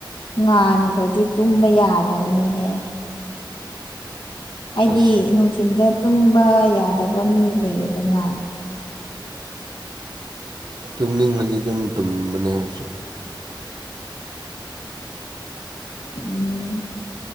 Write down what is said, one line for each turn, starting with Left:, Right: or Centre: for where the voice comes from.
Left: ꯉꯥꯟꯈ꯭ꯔꯗꯤ ꯇꯨꯝꯕ ꯌꯥꯗꯕꯅꯦꯍꯦꯍ ꯍꯥꯏꯗꯤ
Right: ꯑꯁ
Left: ꯅꯨꯡꯊꯤꯤꯟꯗ ꯇꯨꯝꯕ ꯌꯥꯗꯕ ꯃꯤ ꯂꯩꯌꯦꯗꯅ
Right: ꯇꯨꯝꯅꯤꯡꯉꯗꯤ ꯑꯗꯨꯝ ꯇꯨꯝꯕꯅꯦꯁꯨ
Left: ꯎꯝ